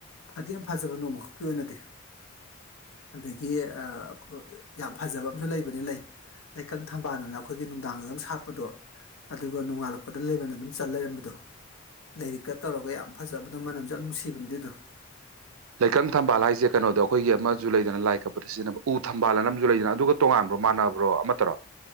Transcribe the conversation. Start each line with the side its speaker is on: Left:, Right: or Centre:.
Left: ꯐꯗꯤ ꯌꯥꯝ ꯐꯖꯕ ꯅꯣꯡꯃꯈꯛꯀꯤ ꯑꯣꯏꯅꯗꯤ ꯑꯗꯒꯤ ꯑꯥ ꯑꯥ ꯌꯥꯝ ꯐꯖꯕ ꯑꯝꯁꯨ ꯂꯩꯕꯅꯤ ꯂꯩ ꯂꯩꯀꯪ ꯊꯝꯕꯥꯜ ꯑꯅ ꯑꯩꯈꯣꯏꯒꯤ ꯅꯨꯡꯗꯥꯡ ꯗꯡ ꯁꯥꯠꯄꯗꯣ ꯑꯗꯨꯒ ꯅꯣꯉꯥꯜꯂꯛꯄꯗ ꯂꯩꯃꯜ ꯑꯗꯨꯝ ꯆꯜ ꯂꯩꯔꯝꯕꯗꯣ ꯂꯩꯔꯤꯛꯀ ꯇꯧꯔꯒ ꯌꯥꯝ ꯐꯖꯕꯗꯣ ꯃꯅꯝꯁꯨ ꯌꯥꯝ ꯅꯨꯡꯁꯤꯕꯅꯦ ꯑꯗꯨꯗꯣ
Right: ꯂꯩꯀꯪ ꯊꯝꯕꯥꯜ ꯍꯥꯏꯁꯦ ꯀꯩꯅꯣꯗꯣ ꯑꯩꯈꯣꯏꯒꯤ ꯑꯃꯁꯨ ꯂꯩꯗꯅ ꯂꯥꯏ ꯀꯠꯄꯗ ꯁꯤꯖꯤꯟꯅꯕ ꯎ ꯊꯝꯕꯥꯜ ꯑꯅ ꯑꯝꯁꯨ ꯂꯩꯗꯅ ꯑꯗꯨꯒ ꯇꯣꯉꯥꯟꯕ꯭ꯔꯣ ꯃꯥꯟꯅꯕ꯭ꯔꯣ ꯑꯃꯠꯇꯔꯣ